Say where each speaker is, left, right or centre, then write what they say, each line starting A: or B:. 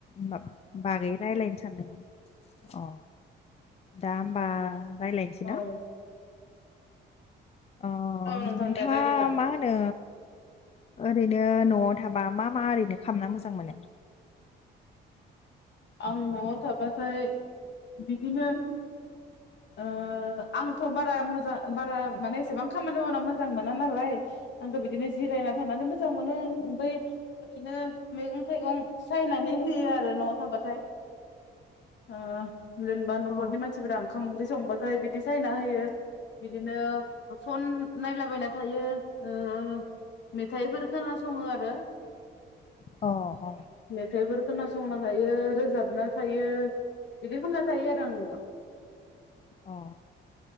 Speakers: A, on the left; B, on the left.
A: माब बागै रायलायनो सानदोंमोन अ दा होमबा रायलायनसै न
B: औ
A: अ
B: औ नोंथां
A: नोंथाङा
B: दे रायज्लायजागोन
A: मा
B: दे
A: होनो ओरैनो न'आव थाबा मा मा ओरैनो खालामामना मोजां मोनो? <inaudible>
B: आं न'आव थाबाथाय बिदिनो ओ आंथ' बारा मोजां बारा माने एसेबां खामानि मावना मोजांमो ना नालाय आंथ' बिदिनो जिरायनानै थानानै मोजां मोनो ओमफ्राय ओरैनो मैगं थाइगं दं सायनानै होयो आरो न' थाबाथाय ओ जेनेबा न'खरनि
A: अ
B: मानसिफोरा ओंखाम ओंख्रि संबा ओमफ्राय बिदि सायना होयो बिदिनो फन नायलाबायना थायो ओ मेथाइफोर खोनासङो आरो
A: अ अ
B: मेथाइफोर खोनासंना थायो रोजाबना थायो बिदि खालामना थायो आरो आं नोंथां
A: अ